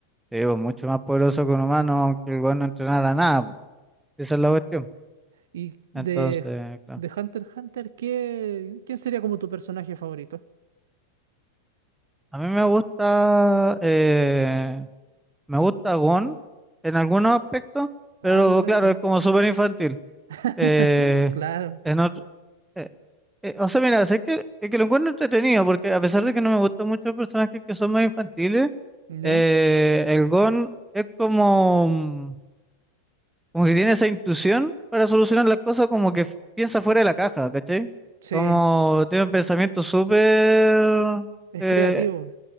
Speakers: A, in the centre; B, on the right.
A: pues, mucho más poderoso que un humano, aunque el weón no entrenara nada, pues. Esa es la cuestión.
B: Y de,
A: Entonces, claro.
B: de Hunter x Hunter, ¿qué, quién sería como tu personaje favorito?
A: A mí me gusta, eh, me gusta Gon en algunos aspectos, pero
B: Ah, mira
A: claro,
B: tú.
A: es como súper infantil.
B: <laughs>
A: Eh,
B: Claro,
A: en otro- eh, eh, o sea, mira, sé que, es que lo encuentro entretenido, porque a pesar de que no me gustan mucho los personajes que son más infantiles,
B: ¿ya?
A: eh, el Gon es como, mm, como que tiene esa intuición para solucionar las cosas, como que f- piensa fuera de la caja, ¿cachai?
B: Sí,
A: Como tiene un pensamiento súper,
B: es
A: eh,
B: creativo.